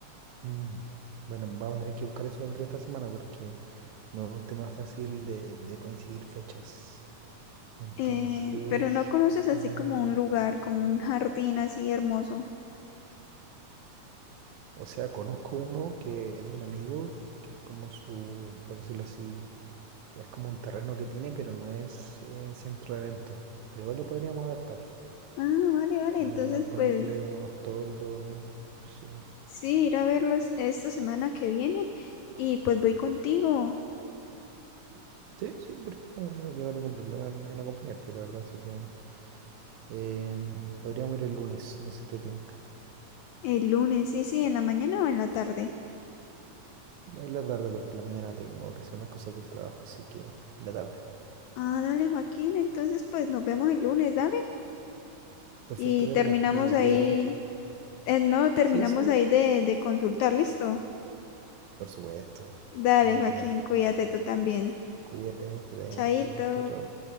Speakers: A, on the right; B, on the left.
A: Mm, Bueno, vamos a tener que buscar eso dentro de esta semana porque no es un tema fácil de, de coincidir fechas. Entonces,
B: Eh, pero no conoces así
A: mm,
B: como un lugar, como un jardín así hermoso.
A: o sea, conozco uno que es de un amigo, que es como su, por decirlo así, es como un terreno que tiene, pero no es eh, centro de eventos. Pero igual lo podríamos adaptar,
B: Ah, vale, vale.
A: como
B: Entonces,
A: para ponerle
B: pues
A: unos toldos, sí.
B: sí, ir a verlo es- esta semana que viene y pues voy contigo
A: Sí, sí, perfecto. Yo, yo no tengo problema en, en acompañarte, la verdad. Así que em, podríamos ir el lunes, no sé si te tinca.
B: el lunes, sí, sí, en la mañana o en la tarde.
A: En la tarde, porque en la mañana tengo que hacer unas cosas del trabajo, así que en la tarde.
B: Ah, dale, Joaquín. Entonces, pues nos vemos el lunes, dale.
A: Perfecto,
B: Y
A: Karina.
B: terminamos
A: Oye,
B: ahí,
A: cuídate mucho.
B: eh, no, terminamos
A: Sí, sí,
B: ahí de, de consultar, listo.
A: por supuesto.
B: Dale,
A: Ningún
B: Joaquín,
A: problema.
B: cuídate tú también.
A: Cuídate, que te vaya
B: Chaito.
A: muy bien. Chao, chao.